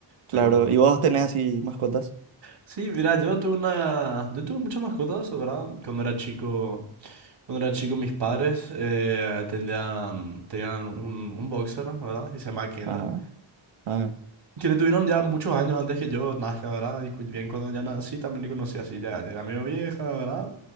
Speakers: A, on the right; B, on the right.
A: Claro,
B: Pero
A: ¿y vos tenés así mascotas?
B: sí, mira, yo tuve una, yo tuve muchas mascotas, ¿verdad? Cuando era chico, cuando era chico mis padres eh, tenían, tenían un, un boxer, ¿verdad? Que se llama Kendra,
A: Ajá, ah,
B: que le tuvieron ya muchos años antes que yo nazca, ¿verdad? Y cu- bien cuando ya nací también le conocí así, ya, ya era medio vieja, ¿verdad?